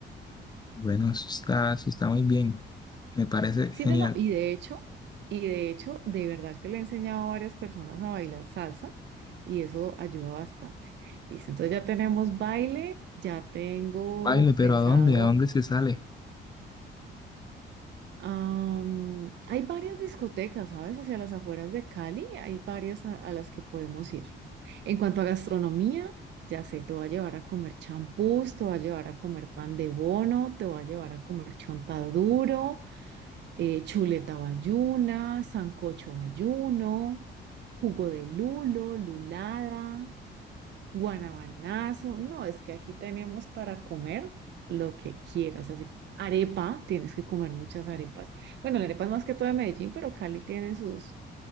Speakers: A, on the left; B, on the right.
A: Bueno, eso está, eso está muy bien. Me parece
B: Sí,
A: genial.
B: no, no, y de hecho, y de hecho, de verdad que le he enseñado a varias personas a bailar salsa y eso ayuda bastante. Listo, entonces ya tenemos baile, ya tengo
A: Baile, pero
B: pensado,
A: ¿a dónde? ¿A dónde se sale?
B: am, hay varias discotecas, ¿sabes? Hacia las afueras de Cali, hay varias a, a las que podemos ir. En cuanto a gastronomía, ya sé, te voy a llevar a comer champús, te voy a llevar a comer pan de bono, te voy a llevar a comer chontaduro eh, chuleta bayuna, sancocho bayuno, jugo de lulo, lulada, guanabanazo. No, es que aquí tenemos para comer lo que quieras. Así, arepa, tienes que comer muchas arepas. Bueno, la arepa es más que todo de Medellín, pero Cali tiene sus,